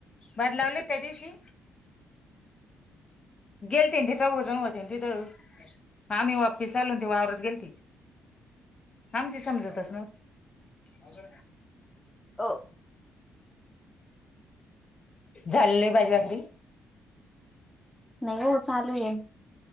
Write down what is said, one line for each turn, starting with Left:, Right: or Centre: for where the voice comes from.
Left: भद लावले त्या दिवशी गेल तेन तेचा <unintelligible> तिथं आम्ही वा्पिस आलो ते वावरत गेलती. आमची समजतस नव्ह
Centre: अ
Left: झालंय भाजी भाकरी
Centre: नाही हो चालू ये